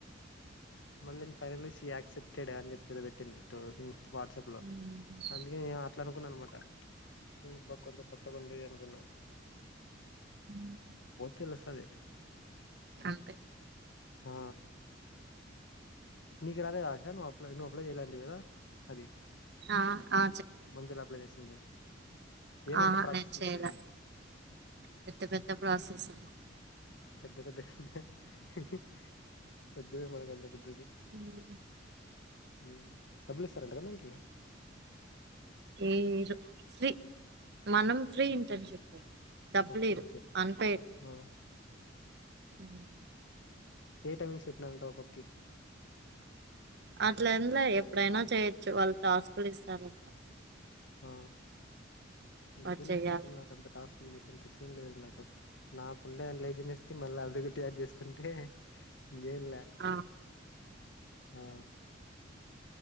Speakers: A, on the left; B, on the right.
A: మళ్ళీ ఫైనల్లి శి యాక్సెప్టెడ్ అని చెప్పి ఎదో పెట్టి పెట్టింది స్టోరీ వాట్సాప్ లో
B: మ్మ్
A: అందుకే నే అట్లా అనుకున్నా అనమాట బా ఎందీబా కొత్త గుంది అనుకున్నా
B: ఉమ్
A: తెలుసది
B: అంతె
A: ఆ నీకు రాలేదా ఆశా నువ్వు అప్లై నువ్వు అప్లై చేయ్యాలంటవి కదా అది
B: ఆ ఆ
A: మంజుల అప్లై చేసింది ఏమంట
B: ఆ
A: ప్రాసెస్
B: నేను చెయలే
A: ఇంతకి అది
B: పెద్ద పెద్ద ప్రాసెస్
A: పెద్ద పెద్ద గంటె హి హి వద్దులే మనక అంత పెద్దు
B: ఉమ్
A: ఉమ్ డబ్బులు ఇస్తారంట కదా దానికి
B: ఏ ఇవ్వరు ఫ్రీ మనం ఫ్రీ ఇంటర్న్షిప్ అది డబ్బులు
A: ఓకే
B: ఇవ్వరు
A: ఓకే
B: అన్పెయిడ్
A: ఆ
B: ఉమ్
A: ఏ టైమింగ్ చెప్పినారంట ఆ పాపకి
B: అట్లా ఎంలే ఎప్పుడైనా చేయొచ్చు వాళ్ళు టాస్క్ లు ఇస్తారంట
A: ఆ వద్దులే
B: అది చెయ్యాలి
A: నాకు అంత టాస్క్లు చేసెంత సీన్ లేదు నాకు నాకు ఉండే లేజినెస్ కి మళ్ళీ అదొక్కడి ఆడ్ చేసుకుంటే ఇంకే ఎంలే
B: ఆ
A: ఆ